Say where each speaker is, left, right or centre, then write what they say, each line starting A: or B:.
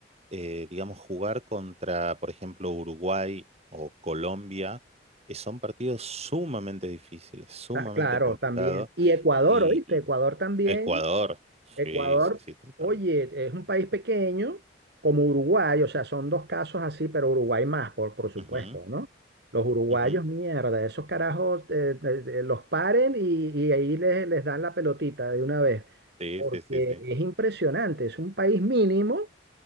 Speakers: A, on the right; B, on the right.
A: eh, digamos, jugar contra, por ejemplo, Uruguay o Colombia, eh, son partidos sumamente difíciles, sumamente
B: Ah, Claro,
A: complicados.
B: también. Y Ecuador,
A: Y,
B: ¿oíste?
A: y
B: Ecuador también
A: Ecuador,
B: Ecuador,
A: sí, sí, sí, total.
B: oye, es un país pequeño como Uruguay, o sea, son dos casos así, pero Uruguay más, por, por supuesto,
A: Ujú,
B: ¿no? Los uruguayos,
A: ujú,
B: mierda, esos carajos eh, eh, eh, los paren y, y ahí les, les dan la pelotita de una vez,
A: Sí,
B: porque
A: sí, sí, sí.
B: es impresionante, es un país mínimo